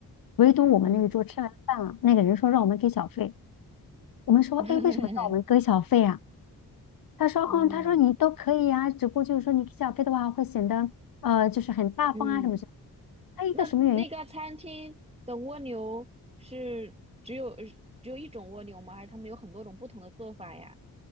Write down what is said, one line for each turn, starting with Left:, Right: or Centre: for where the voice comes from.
Left: 唯独我们那一桌吃完饭了，
Right: 嗯，
Left: 那个人说让我们给小费，我们说，
Right: <laughs> 嗯
Left: 哎，为什么让我们给小费啊？他说，
Right: 嗯，
Left: 嗯，他说你都可以呀、只不过就是说你给小费的话会显得呃就是很大方啊什么什么。
Right: 嗯。
Left: 还有一个什么原因？
Right: 那那个餐厅的蜗牛是只有呃只有一种蜗牛吗？还是他们有很多种不同的做法呀？